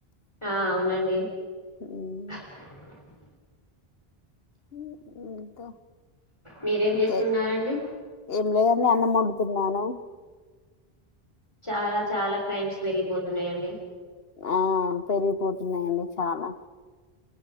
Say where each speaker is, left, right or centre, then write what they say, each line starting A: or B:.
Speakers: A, on the left (about 30°); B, on the left (about 70°).
A: ఆ అవునండి <unintelligible>
B: ఉమ్, అంత
A: మీరేం
B: ఇంకా
A: చేస్తున్నారండి
B: ఏం లేదని అన్నమను తిన్నాను
A: చాలా చాలా క్రైమ్స్ పెరిగిపోతున్నాయంండి
B: ఆ పెరిగిపోతున్నాయండి చాలా